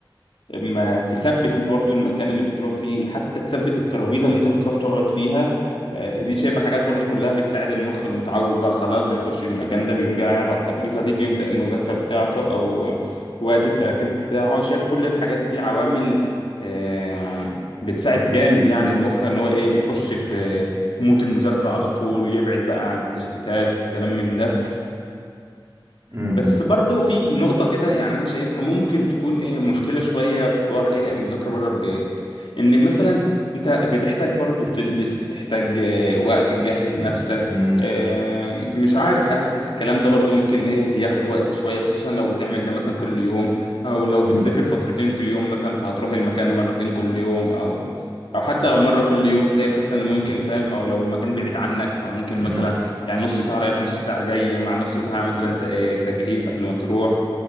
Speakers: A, on the left; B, on the right.
A: اما تثبت برضو المكان اللي بتروح فيه حتى تثبت الترابيزه اللي انت بتروح تقعد فيها آه، دي شايفه حاجات برضو كلها بتساعد المخ انه يتعود بقى خلاص يخش المكان ده بيقوم جاي قاعد على الترابيزه دي بيبدا المذاكره بتاعته او وقت التركيز بتاعه شايف كل الحاجات دي عوامل آه، بتساعد جامد يعني المخ ان هو ايه يخش في مود المذاكره على طول يبعد بقى عن التشتيتات والكلام من ده
B: م- م-
A: بس برضو في نقطة كده يعني أنا شايفها ممكن تكون إيه مشكلة شوية في حوار إيه المذاكرة بره البيت إن مثلا أنت بتحتاج برضو تلبس بتحتاج آه، وقت تجهز نفسك
B: م-
A: آه، مش عارف حاسس الكلام ده برضو ممكن إيه ياخد وقت شوية خصوصا لو بتعمل ده مثلا كل يوم أو لو
B: م-
A: بتذاكر فترتين في اليوم مثلا فهتروح المكان مرتين كل يوم أو أو حتى لو مرة كل يوم شايف مثلا إن ممكن فاهم أو لو المكان بعيد عنك فممكن
B: م-
A: مثلا
B: م-
A: يعني نص ساعة رايح نص ساعة جاي مع نص ساعة مثلا ت- آه، تجهيز قبل ما تروح